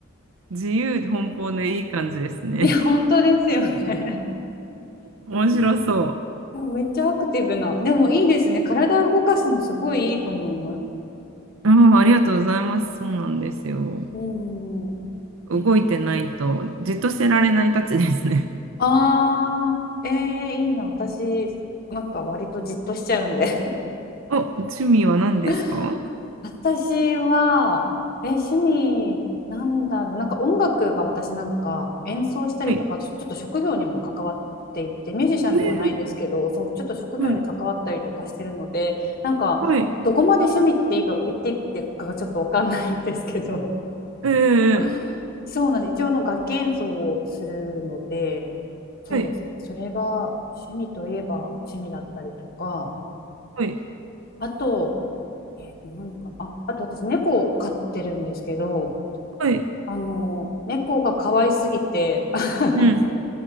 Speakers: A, on the right; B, on the left.
A: 自由奔放でいい感じですね。
B: いや本当ですよね。
A: 面白そ
B: めっちゃアクティブな。でもいいですね。体を動かすのすごいいいと思います。
A: う。うん、ありがとうございます。そうなんですよ。
B: うんうん
A: 動いてないと、
B: うん。
A: じっとしてられないたちですね。
B: ああ、えー、いいな。私、なんか割とじっとしちゃうんで。
A: <laughs> お、趣味は何ですか
B: <laughs> 私は、え、趣味、なんだろう、なんか音楽が私なんか演奏したりとか、
A: はい。
B: あとちょっと職業にも関わっていて、ミュージシャンではないんですけど、
A: え
B: そう、ちょっと職業に関わったりとかしてるので、
A: えはい。
B: なんか、
A: はい。
B: どこまで趣味っていいか、言っていいかがちょっとわかんないんですけど、
A: え
B: <laughs>
A: え
B: そうなんです。一応あの楽器演奏をするので、そうですね。
A: はい。
B: それが趣味といえば趣味だったりとか、
A: はい。
B: あと、えっと何かなあ、あと私、猫を飼ってるんですけど、
A: はい。
B: あの、猫が可愛すぎて、<laughs>
A: うん。